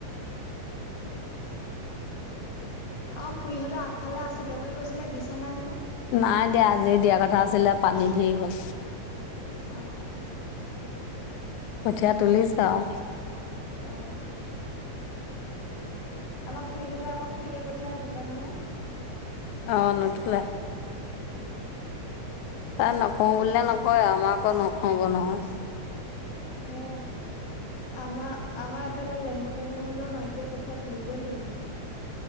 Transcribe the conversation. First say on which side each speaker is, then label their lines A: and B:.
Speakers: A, on the left; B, on the left.
A: আমাৰ খুৰীহঁৰ আগফালে আছিলে বুলি কৈছিলে দিছে নাই জানো।
B: নাই দিয়া আজি দিয়া কথা আছিলে পানী ধেই হল।
A: অ'
B: কঠীয়া তুলিছে আও
A: অ' আমাৰ খুৰিহঁতৰ আকৌ খুৰীয়ে কঠীয়া নোতোলে নহয়।
B: অ নোতোলে।
A: অঁ
B: তাই নকওঁ বুলিলে নকৰে আৱ আমাৰ আকৌ নহব নহয়।
A: সে সেয়া আমাৰ আমাৰ এফালে লেঙু পেঙু হলও মাইকীয়ে কঠীয়া তুলিবই লাগিব।